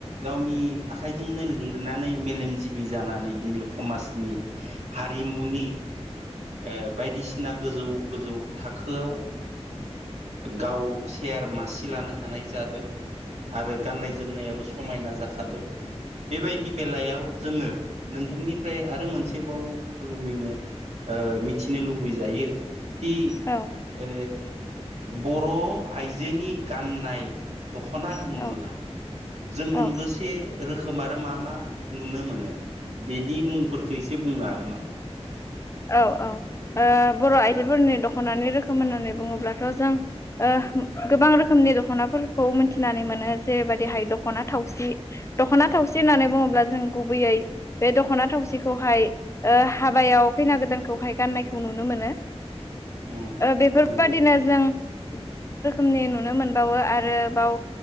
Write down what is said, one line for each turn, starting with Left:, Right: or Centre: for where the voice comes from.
Right: गावनि आखाइजोंनो लिरनानै मेलेमजिबि जानानै दिनै समाजनि हारिमुनि ओ बायदिसिना गोजौ गोजौ थाखोआव ओ गाव केयार मासि लानो हानाय जादों आरो गाननाय जोमनायाबो समायना जाखादों बेबायदि बेलायाव जोङो नोंथांनिफ्राय आरो मोनसेबाव लुबैनो ओ मिथिनो लुबैजायो दि
Left: औ
Right: ओ बर' आइजोनि गाननाय दख'ना होनब्ला
Left: औ
Right: जों मोनबसे
Left: औ
Right: रोख खोम आरो मा मा नुनो मोनो बेनि मुंफोरखौ एसे बुंनो हागोन नामा?
Left: औ औ औ बर' आइजोफोरनि दख'नानि रोखोम होननानै बुङोब्लाथ' जों ओ गोबां रोखोमनि दख'नाफोरखौ मिथिनानै मोनो जेरैबायदिहाय दख'ना थावसि दख'ना थावसि होननानै बुङोब्ला जों गुबैयै बे दख'ना थावसिखौहाय हाबायाव खैना गोदानखौहाय गाननायखौ नुनो मोनो
Right: उम
Left: बेफोरबादिनो
Right: नंगौ
Left: जों
Right: <inaudible>
Left: रोखोमनि नुनो मोनबावो आरो बाव